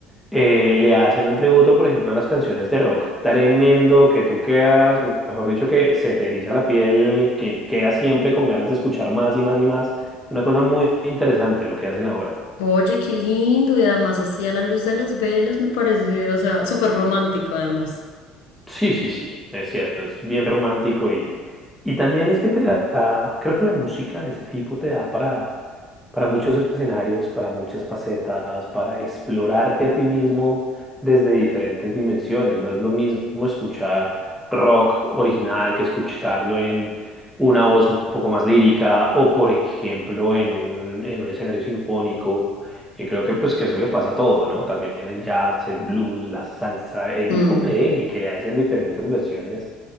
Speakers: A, in the centre; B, on the left (about 85°).
A: eh, le hacen un tributo, por ejemplo, a las canciones de rock tremendo que tú quedas, mejor dicho, que se te eriza la piel, que quedas siempre con ganas de escuchar más y más y más. Es una cosa muy interesante lo que hacen ahora.
B: Oye, qué lindo, y además así a la luz de las velas me parece, o sea, súper romántico además.
A: Sí, sí, sí, es cierto, es bien romántico y, y también es que te da, creo que la música de ese tipo te da para, para muchos escenarios, para muchas facetas, para explorarte a ti mismo desde diferentes dimensiones. No es lo mismo escuchar rock original que escucharlo en una voz un poco más lírica o, por ejemplo, en un, en un escenario sinfónico. Y creo que pues que eso le pasa a todo, ¿no? También el jazz, el blues, la salsa, el
B: Mm,
A: mismo merengue que le hacen diferentes versiones,